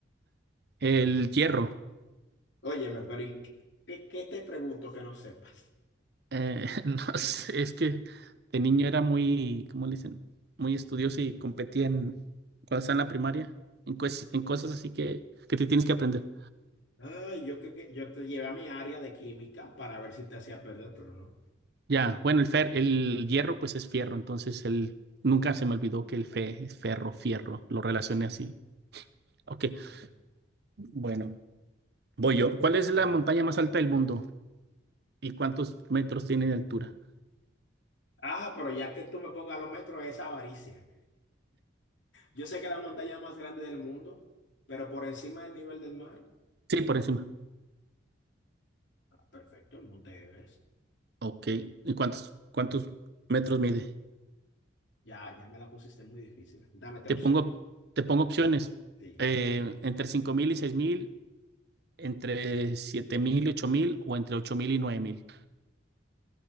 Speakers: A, on the right; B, on the left.
A: El hierro.
B: Óyeme, pero ¿y ¿qué, qué te pregunto que no sepas?
A: Eh, <laughs> no sé, es que de niño era muy, ¿cómo le dicen? Muy estudioso y competía en, cuando estaba en la primaria, en, cues- en cosas así que, que te tienes que aprender.
B: Ay, yo creo que yo te llevé a mi área de química para ver si te hacía perder, pero no.
A: Ya, bueno, el fer, el hierro pues es fierro, entonces él nunca se me olvidó que el fe es ferro, fierro, lo relacioné
B: Sí,
A: así. Ok,
B: ok,
A: bueno, voy yo. ¿Cuál es la
B: sí.
A: montaña más alta del mundo y cuántos metros tiene de altura?
B: Ah, pero ya que tú me pongas los metros, esa avaricia. Yo sé que la montaña más grande del mundo, pero por encima del nivel del mar.
A: Sí, por encima.
B: Ah, perfecto, el Monte Everest.
A: Ok, ¿y cuántos, cuántos metros mide?
B: Ya, ya me la pusiste muy difícil. Dame tres
A: Te
B: opciones.
A: pongo, te pongo opciones.
B: Sí.
A: Eh, entre 5.000 y 6.000, entre 7.000 y 8.000 o entre 8.000 y 9.000.